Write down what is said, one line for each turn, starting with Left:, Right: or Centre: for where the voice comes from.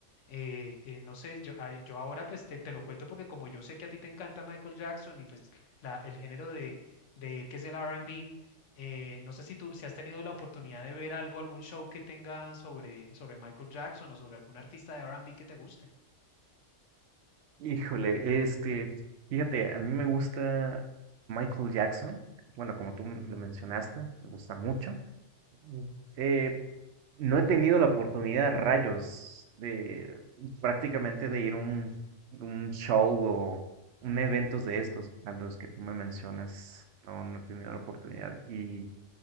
Left: Eh, eh, no sé, yo, ah, yo ahora pues te, te lo cuento porque como yo sé que a ti te encanta Michael Jackson y pues la, el género de, de él que es el R&B, eh, no sé si tú si has tenido la oportunidad de ver algo, algún show que tenga sobre, sobre Michael Jackson o sobre algún artista de R&B que te guste.
Right: Híjole, este, fíjate, a mí me gusta Michael Jackson. Bueno, como tú m- lo mencionaste, me gusta mucho. Mm. Eh, no he tenido la oportunidad, rayos, de prácticamente de ir a un, un show o un eventos de estos a los que tú me mencionas. No, no he tenido la oportunidad. Y